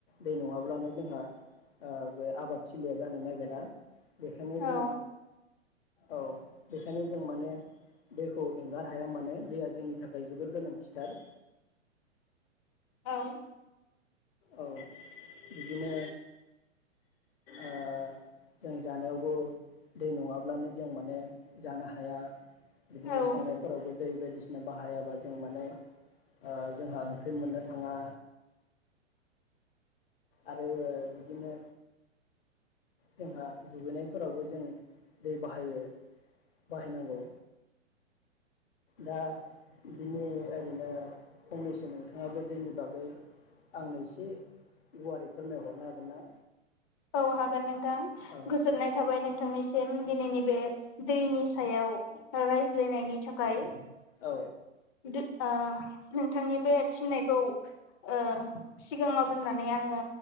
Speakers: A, on the left; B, on the left.
A: दै नङाब्लानो जोंहा ओ बे आबाद थिलिया जानो नागिरा। बेखायनो
B: औ
A: जों औ बेखायनो जों माने दैखौ एंगार हाया माने दैया जोंनि थाखाय जोबोर गोनांथिथार।
B: औ ।
A: औ बिदिनो ओ जों जानायावबो दै नङाब्लानो जों माने जानो हाया बिदिनो
B: औ
A: संनायफोरावबो दै बायदिसिना बाहायाबा जों माने ओ जोंहा ओंख्रि मोननो थाङा। आरो ओ बिदिनो जोंहा दुगैनायफोरावबो जों दै बाहायो बाहायनांगौ दा बिदिनि ओरैनो फंनैसो नोंथाङाबो दैनि बागै आंनो एसे गुवारै फोरमायहरनो हागोन ना?
B: औ हागोन नोंथां
A: औ
B: गोजोननाय थाबाय नोंथांनिसिम । दिनैनि बे दैनि सायाव रायज्लायनायनि थाखाय
A: औ
B: दु ओ नोंथांनि बे थिननायखौ ओ सिगाङाव दोननानै आङो